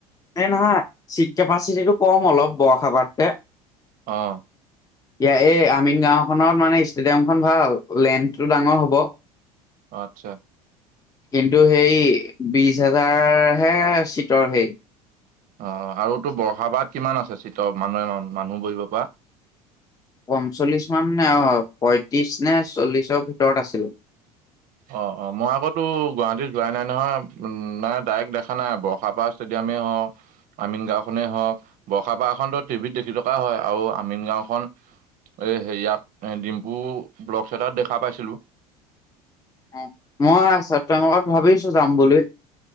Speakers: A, on the left (about 20°); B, on the right (about 45°).
A: এই নহয় চিট কেপাচিটিটো কম অলপ বৰৰ্ষাপাৰতকে।
B: অ'।
A: ইয়াৰ এই আমিন গাঁওখনত মানে ষ্টেডিয়াম খন ভাল লেন্থটো ডাঙৰ হ'ব।
B: অ', আটচ্ছা।
A: কিন্তু সেই বিশ হাজাৰহে চীটৰ সেই
B: অ', আৰু তোৰ বৰ্ষাপাত কিমান আছে চিত মানুহে মানুহ বহিব পৰা?
A: পঞ্চল্লিশ মান নে অ' পয়ত্ৰিশ নে চল্লিশৰ ভিতৰত আছিলে
B: অ' অ' মই আকৌ টোৰ গুৱাহাটীত যোৱাই নাই নহয় নে ডাইৰেক্ট দেখা নাই বৰ্ষাপাৰ ষ্টেডিয়ামে হওঁ আমিন গাওখনেই হওক বৰ্ষাপাৰখনতো টিভিত দেখি থকা হয় আৰু আমিন গাওখন এ হেৰিয়াত এ ডিম্পু ব্লক চাইটাত দেখা পাইছিলো
A: অ', মই আছ ত লগত ভাবিছো যাম বুলি